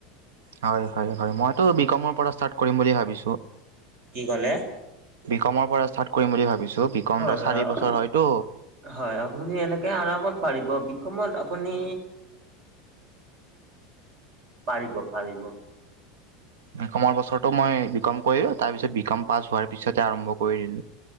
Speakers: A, on the right; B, on the right.
A: হয় হয় হয়, মইতো বি কমৰ পৰা ষ্টাৰ্ট কৰিম বুলি ভাবিছো।
B: কি ক'লে?
A: বি কমৰ পৰা ষ্টাৰ্ট কৰিম বুলি ভাবিছো। বি কম
B: হয়
A: ধৰ চাৰি
B: <unintelligible>
A: বছৰ হয়তো।
B: হয়, আপুনি এনেকে আৰামত পাৰিব। বি কমত আপুনি পাৰিব পাৰিব।
A: <unintelligible> কমৰ বছৰতো মই বি কম কৰিলো, তাৰ পিছত বি কম পাছ হোৱাৰ পিছতে আৰম্ভ কৰি দিলো।